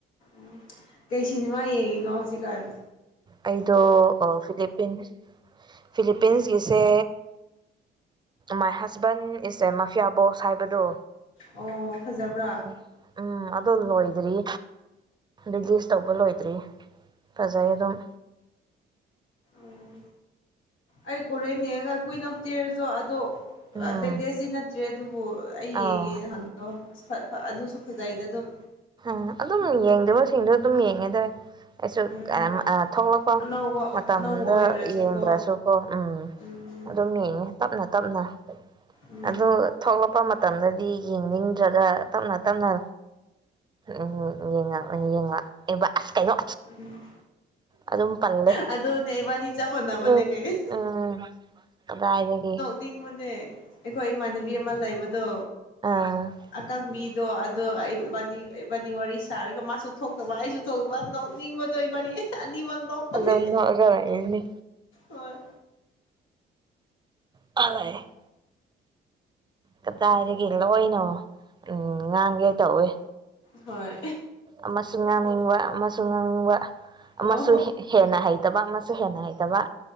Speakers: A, on the left (about 85°); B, on the right (about 20°).
A: ꯎ ꯀꯩ ꯁꯤꯅꯦꯃꯥ ꯌꯦꯅ ꯍꯧꯁꯤꯀꯔ
B: ꯑꯩꯗꯣ ꯐꯤꯂꯤꯞꯄꯤꯟꯁ ꯐꯤꯂꯤꯞꯄꯤꯟꯁꯒꯤꯁꯦ ꯃꯥꯏ ꯍꯁꯕꯦꯟ ꯏꯁꯦ ꯃꯥꯐꯤꯌꯥ ꯕꯣꯁ ꯍꯥꯏꯕꯗꯣ
A: ꯑꯣ ꯐꯖꯕ꯭ꯔꯥ
B: ꯑꯗꯨ ꯎꯝ ꯑꯣ ꯂꯣꯏꯗ꯭ꯔꯤ ꯔꯤꯂꯤꯁ ꯇꯧꯕ ꯂꯣꯏꯗ꯭ꯔꯤ ꯐꯖꯩ ꯑꯗꯨꯝ
A: ꯎꯝ ꯑꯩ ꯀꯣꯔꯦꯟꯅꯤꯒ ꯀꯨꯏꯤꯟ ꯑꯣꯐ ꯇꯦꯌꯔꯁꯨꯣ ꯑꯗꯣ
B: ꯎꯝ
A: ꯂꯦꯇꯦꯁꯁꯤ ꯅꯠꯇ꯭ꯔꯦ ꯑꯗꯨꯕꯨ ꯑꯩ
B: ꯑꯥꯎ
A: ꯌꯦꯡꯉꯦꯅ ꯑꯣ ꯑꯗꯨꯁꯨ ꯐꯖꯩꯗ ꯑꯗꯨꯝ
B: ꯝ ꯑꯗꯨꯝ ꯌꯦꯡꯗꯕꯁꯤꯡꯗꯣ ꯑꯗꯨꯝ ꯌꯦꯡꯉꯦꯗꯏ ꯑꯩꯁꯨ
A: ꯎꯝ
B: ꯊꯣꯛꯂꯛꯄ
A: ꯑꯅꯧꯕ
B: ꯃꯇꯝꯗ
A: ꯑꯅꯧꯕ ꯑꯣꯏꯗ꯭ꯔꯁꯨꯀꯣ
B: ꯌꯦꯡꯗ꯭ꯔꯁꯨꯀꯣ ꯎꯝ
A: ꯎꯝ
B: ꯑꯗꯨꯝ ꯌꯦꯡꯉꯦ ꯇꯞꯅ ꯇꯞꯅ
A: ꯎꯝ
B: ꯑꯗꯨ ꯊꯣꯛꯂꯛꯄ ꯃꯇꯝꯗꯗꯤ ꯌꯦꯡꯅꯤꯡꯗ꯭ꯔꯒ ꯇꯞꯅ ꯇꯞꯅ ꯎ ꯎꯝ ꯌꯦꯡꯉ ꯎ ꯌꯦꯡꯉ ꯌꯦꯡꯕ ꯑꯁ ꯀꯩꯅꯣ
A: ꯎꯝ
B: ꯑꯗꯨ ꯑꯗꯨꯝ ꯄꯟꯂꯦ
A: ꯑꯗꯨꯅꯦ ꯏꯕꯥꯅꯤ ꯆꯞ ꯃꯥꯟꯅꯕꯅꯦ
B: ꯎ
A: ꯀꯩ
B: ꯎꯝ ꯑꯗꯨꯗꯥꯏꯅꯗꯒꯤ
A: ꯅꯤꯡꯕꯅꯦ ꯑꯩꯈꯣꯏ ꯏꯃꯥꯟꯅꯕꯤ ꯑꯃ ꯂꯩꯕꯗꯣ
B: ꯑꯝ
A: ꯑꯀꯪꯕꯤꯗꯣ ꯑꯗꯣ ꯏꯕꯥꯅꯤ ꯋꯥꯔꯤ ꯁꯥꯔꯒ ꯃꯥꯁꯨ ꯊꯣꯛꯇꯕ ꯑꯩꯁꯨ ꯊꯣꯛꯇꯕ ꯅꯤꯡꯕꯗꯣ ꯏꯕꯅꯤ ꯅꯤꯡꯃꯛ ꯅꯣꯛꯄꯅꯤ
B: ꯑꯗꯨꯝ ꯅꯣꯛꯑꯒ ꯂꯩꯔꯅꯤ
A: ꯍꯣꯏ
B: ꯑꯂ ꯀꯗꯥꯏꯗꯒꯤ ꯂꯣꯏꯅ ꯎꯝ ꯉꯥꯡꯒꯦ ꯇꯧꯏꯦ
A: ꯍꯣꯏ
B: ꯑꯃꯁꯨ ꯉꯥꯡꯅꯤꯡꯕ ꯑꯃꯁꯨ ꯉꯥꯡꯅꯤꯡꯕ
A: ꯑꯣ
B: ꯑꯃꯁꯨ ꯍꯦꯟꯅ ꯍꯩꯇꯕ ꯑꯃꯁꯨ ꯍꯦꯟꯅ ꯍꯩꯇꯕ